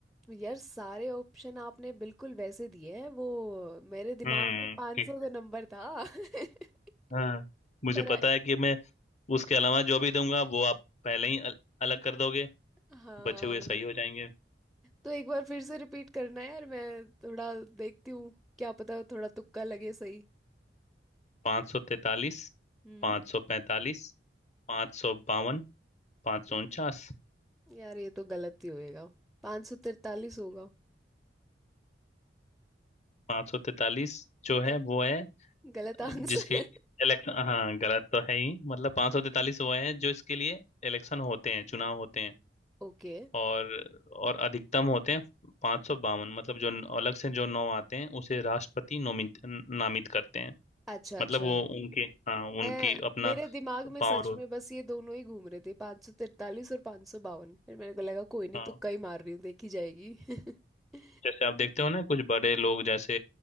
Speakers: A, in the centre; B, on the left.
A: यार सारे ऑप्शन आपने बिल्कुल वैसे दिए हैं वो मेरे दिमाग
B: हम्म
A: में पाँच
B: ठीक
A: सौ तो नंबर था <laughs>
B: हाँ मुझे
A: पर
B: पता है कि मैं उसके अलावा जो भी दूंगा वो आप पहले ही अल, अलग कर दोगे
A: हाँ
B: बचे हुए सही हो जाएंगे
A: तो एक बार फिर से रिपीट करना है यार मैं थोड़ा देखती हूँ क्या पता थोड़ा तुक्का लगे सही
B: पाँच सौ तैतालीस
A: हम्म
B: पाँच सौ पैंतालीस पाँच सौ बावन पाँच सौ उनचास
A: यार ये तो गलत ही होएगा 543 होगा
B: पाँच सौ तैतालीस जो
A: हाँ,
B: है वो है
A: गलत आंसर
B: जिसकी इलेक्शन हाँ गलत तो है ही मतलब पाँच सौ तैतालीस वो है जो इसके लिए इलेक्शन होते हैं चुनाव होते हैं
A: ओके
B: और और अधिकतम होते हैं पाँच सौ बावन मतलब जो न- अलग से जो नौ आते हैं उसे राष्ट्रपति नोमित न- नामित करते हैं
A: अच्छा अच्छा
B: मतलब वो उनके हाँ उनकी
A: मैं
B: अपना
A: मेरे दिमाग में
B: पावर
A: सच
B: हो
A: में बस ये दोनों ही घूम रहे थे 543 और 552 फिर मेरे को लगा कोई नहीं
B: हाँ
A: तुक्का ही मार रही हूँ देखी जाएगी <laughs>
B: जैसे आप देखते हो ना कुछ बड़े लोग जैसे